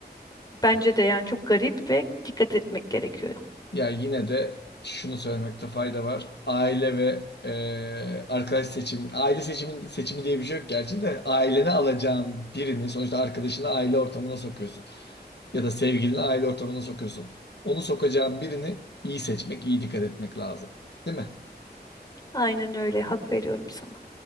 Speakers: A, on the left; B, on the left.
A: Bence de yani çok garip ve dikkat etmek gerekiyor.
B: Ya yine de şunu söylemekte fayda var. Aile ve eee, arkadaş seçim, aile seçimi, seçimi diye bir şey yok gerçi de ailene alacağın birini sonuçta arkadaşını aile ortamına sokuyorsun. Ya da sevgilini aile ortamına sokuyorsun. Onu sokacağın birini iyi seçmek, iyi dikkat etmek lazım. Değil mi?
A: Aynen öyle. Hak veriyorum sana.